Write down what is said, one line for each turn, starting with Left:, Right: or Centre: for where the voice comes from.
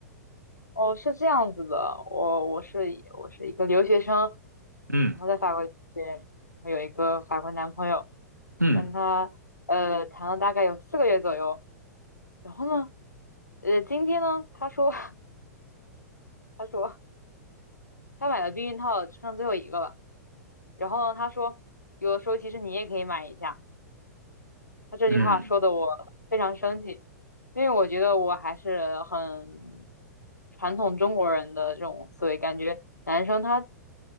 Left: 哦，是这样子的，我我是一我是一个留学生，
Right: 嗯
Left: 然后在法国留学，然后有一个法国男朋友，
Right: 嗯
Left: 跟他呃谈了大概有四个月左右，然后呢，呃今天呢，他说 <laughs> 他说他买了避孕套，只剩最后一个了，然后呢，他说有的时候其实你也可以买一下。他这句话说的我非常生气，
Right: 嗯
Left: 因为我觉得我还是很传统中国人的这种思维，感觉男生他